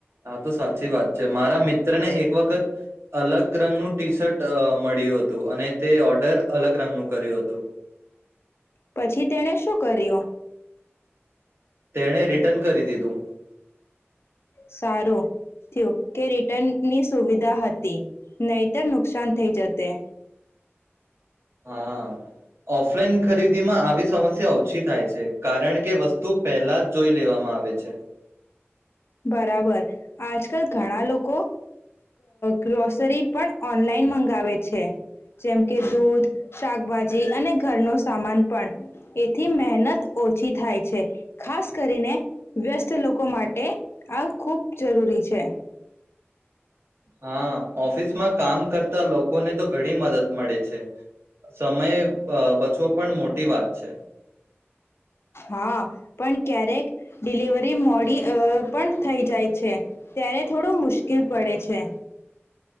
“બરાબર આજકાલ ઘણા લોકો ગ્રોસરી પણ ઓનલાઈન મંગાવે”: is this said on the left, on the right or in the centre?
Left